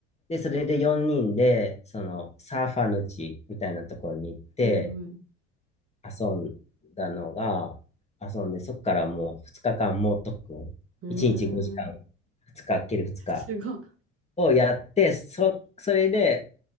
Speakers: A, on the left; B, on the right.
A: で、それで4人で、そのサーファーの地みたいなところに行って
B: うんうん。
A: 遊んだのが、遊んで、そこからもう2日間猛特訓。
B: うーん。
A: 1日5時間、2日、ける2日
B: すごい。
A: をやって、そ、それで、